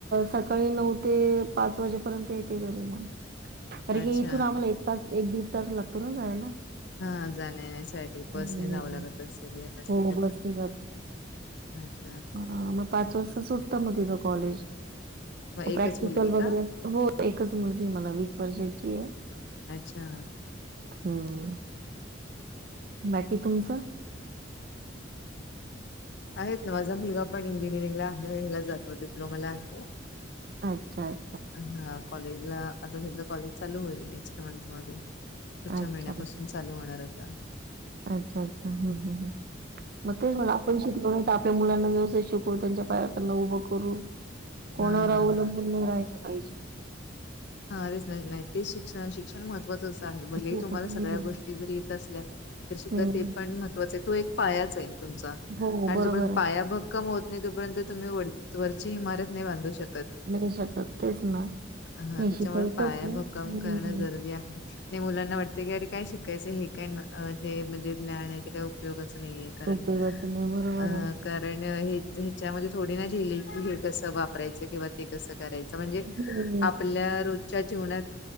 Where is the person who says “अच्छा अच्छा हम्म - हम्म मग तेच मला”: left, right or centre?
Right